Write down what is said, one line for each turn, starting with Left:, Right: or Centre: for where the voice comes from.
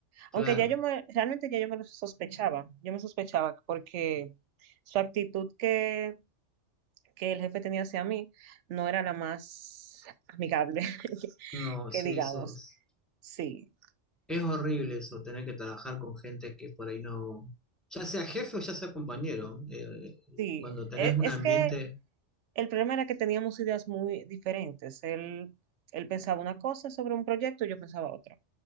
Centre: claro,
Right: Aunque ya yo me, realmente ya yo me lo sospechaba, yo me sospechaba porque su actitud que que el jefe tenía hacia mí no era la más amigable, <laughs>
Centre: no,
Right: que
Centre: sí,
Right: digamos.
Centre: eso es,
Right: Sí,
Centre: es horrible eso, tener que trabajar con gente que por ahí no, ya sea jefe o ya sea compañero, eh,
Right: sí.
Centre: cuando tenés
Right: E-
Centre: un
Right: Es
Centre: ambiente,
Right: que el problema era que teníamos ideas muy diferentes. Él, él pensaba una cosa sobre un proyecto, y yo pensaba otra.